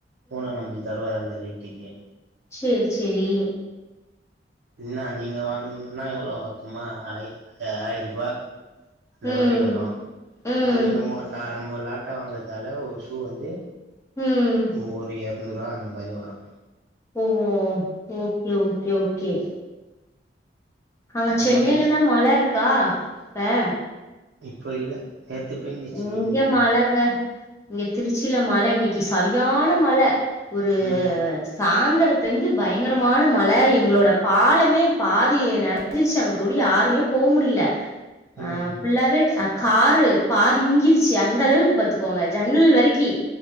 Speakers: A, on the right; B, on the left.
A: போனா நம்ளிக் தருவாரு அந்த ரேட் டுக்கே
B: சேர் சேரி
A: என்னா நீங்க வாங்கணுன்னா எவ்ளோ வரு தெரிமா ஆய் ஆய்ருபா அந்த
B: ம்
A: மாரி வரு
B: ம்
A: நம்ப்ளே நம்மோ நா நம்ம லாட்டா வாங்குறதால ஒரு ஷூ வந்து.
B: ம்
A: <unintelligible> நூறுவா அந்த மாரி வரும்.
B: ஓ ஓகே ஓகே ஓகே. அங்க
A: சம்பாதிக்கல
B: சென்னைலேனா மழை கா பே.
A: இப்போ இல்ல. நேத்து பேஞ்சிச்சு
B: இங்க
A: இன்னைக்கு இல்ல
B: மழங்க இங்க திருச்சியில மழை நிக். இங்க சரியான மழை. ஒரு
A: ம்
B: சாந்த. சாயந்திலிருந்து பயங்கரமான மழை எங்களோட பாலமே பாதி நெறஞ்சிருச்சு, அங்குடோடி யாருமே போகமுடில. ஆ
A: ம்
B: ஃபுல்லாவே அ. காரு. பாதி மிங்கிருச்சு அந்த அளவுக்கு பாத்துக்கோங்க, ஜன்னல் வரைக்கி.